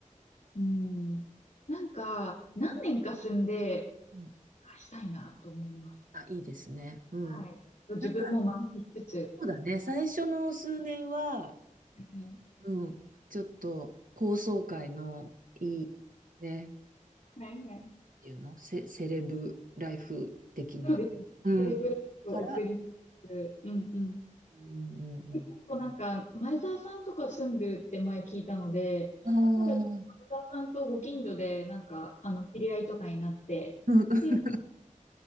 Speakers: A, on the left; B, on the right.
A: うん。なんか、何年か住んで、
B: うん
A: あしたいなと思います。
B: あ、いいですね。うん。
A: はい。自分も満喫しつつ。
B: なんか、そうだね。最初の数年は、
A: はいはい。
B: うん、ちょっと高層階のいい、ね、
A: はいはい。
B: っていうの、セ、セレブライフ的な。
A: そうですね。
B: うん。
A: テレグラフを送りつつ。
B: から、
A: うんうん。
B: うんうん
A: 結構なんか、前澤さんとか住んでるって前聞いたので、
B: うん。
A: なんか、
B: ああ、
A: 前澤さんとご近所で、なんか、あの、知り合いとかになって、
B: うん <laughs>
A: っていう、